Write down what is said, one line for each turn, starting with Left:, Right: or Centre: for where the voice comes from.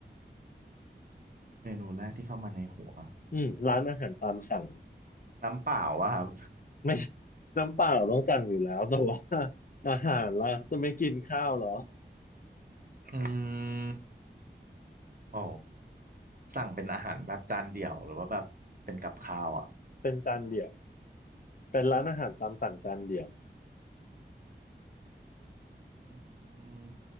Right: เมนูแรกที่เข้ามาในหัว
Left: อืมร้านอาหารตามสั่ง
Right: น้ำเปล่าวะครับ
Left: ไม่ใช่น้ำเปล่าต้องสั่งอยู่แล้วแต่ว่าอาหารล่ะจะไม่กินข้าวเหรอ
Right: อืมโอ้สั่งเป็นอาหารแบบจานเดี่ยวหรือว่าแบบเป็นกับข้าวอ่ะ
Left: เป็นจานเดี่ยวเป็นร้านอาหารตามสั่งจานเดี่ยว
Right: อืม